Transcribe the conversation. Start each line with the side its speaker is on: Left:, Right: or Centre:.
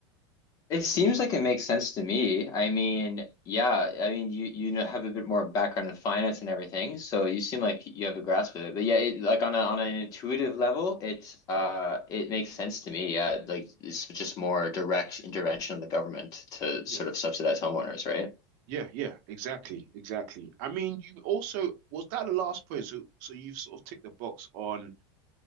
Left: It seems like it makes sense to me. I mean, yeah, I mean, you you know have a bit more background in finance and everything, so you seem like you have a grasp of it. But yeah, it, like on a on an intuitive level, it uh it makes sense to me. Yeah, like it's just more direct intervention of the government to
Right: Yeah.
Left: sort of subsidize homeowners, right?
Right: Yeah, yeah, exactly, exactly. I mean, you also was that the last point? So so you've sort of ticked the box on